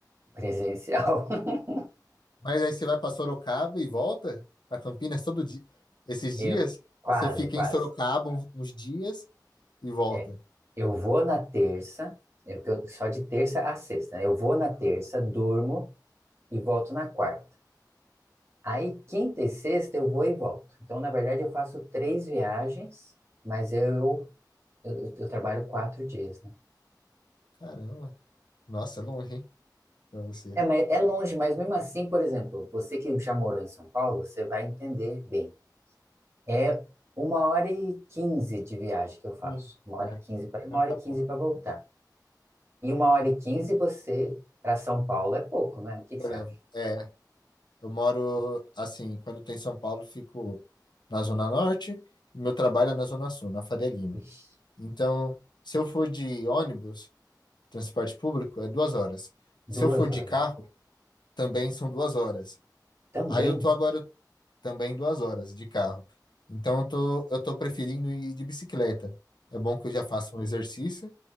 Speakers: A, on the right (about 40°); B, on the left (about 80°).
A: presencial. <laughs>
B: Mas aí você vai para Sorocaba e volta para Campinas todo dia. Esses
A: Eu
B: dias,
A: quase,
B: você fica
A: quase.
B: em Sorocaba uns, uns dias e volta.
A: É. Eu vou na terça, eu, que eu- só de terça a sexta, né? Eu vou na terça, durmo e volto na quarta. Aí quinta e sexta eu vou e volto. Então, na verdade, eu faço três viagens, mas eu, eu, eu trabalho quatro dias, né?
B: Caramba. Nossa, é longe, hein? Pra você.
A: É, mas é longe, mas mesmo assim, por exemplo, você que já morou em São Paulo, você vai entender bem. É uma hora e quinze de viagem que eu faço.
B: Sim.
A: Uma hora
B: É.
A: e quinze para ir,
B: Não
A: uma hora
B: tá
A: e quinze
B: bom, na
A: para voltar.
B: verdade.
A: E uma hora e quinze você para São Paulo é pouco, né? O que que
B: Eu
A: você
B: levo.
A: acha?
B: É, eu moro assim, quando eu tô em São Paulo, fico na Zona Norte e meu trabalho é na Zona Sul, na Faria Lima.
A: Ixi,
B: Então, se eu for de ônibus, transporte público, é duas horas.
A: duas
B: Se eu for de
A: horas.
B: carro,
A: gente.
B: também são duas horas.
A: Também?
B: Aí eu tô agora, também duas horas de carro. Então eu tô, eu tô preferindo ir de bicicleta. É bom que eu já faço um exercício,